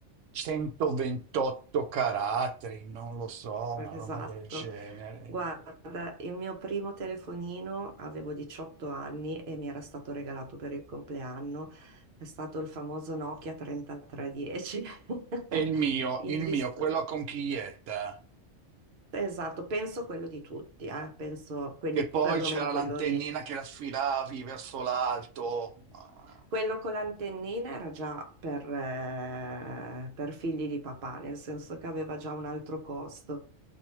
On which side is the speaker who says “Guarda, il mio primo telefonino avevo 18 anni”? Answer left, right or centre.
Right